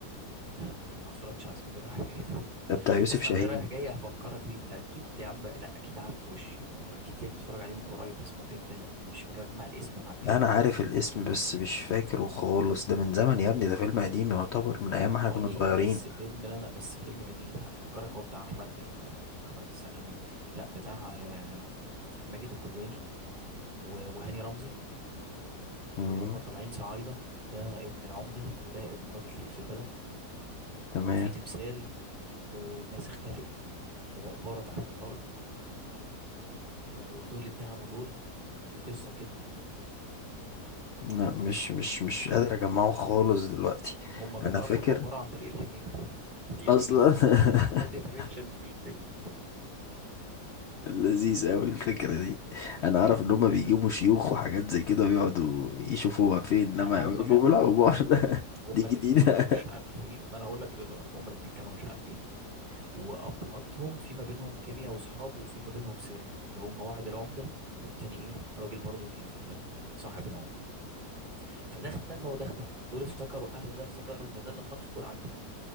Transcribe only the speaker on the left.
ده بتاع يوسف
شاهين
لا أنا عارف الاسم بس مش فاكره خالص ده من زمن يا ابني ده فيلم قديم يعتبر من أيام ما إحنا
كنا
صغيرين
مم.
تمام
لا مش مش مش قادر أجمعه خالص دلوقتي
أنا فاكر
أصلا
<laughs>
لذيذ أوي الفكرة دي أنا عارف إن هما بيجيبوا شيوخ وحاجات زي كده ويقعدوا يشوفوها فين
إنما
يعرفوا
بالعبار
<laughs>
دي جديدة